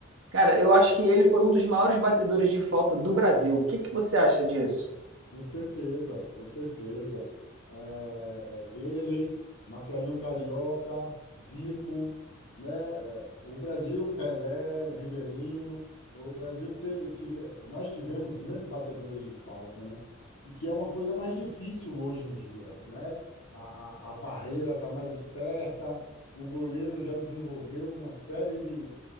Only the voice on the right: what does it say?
Cara, eu acho que ele foi um dos maiores batedores de falta do Brasil. O que que você acha disso?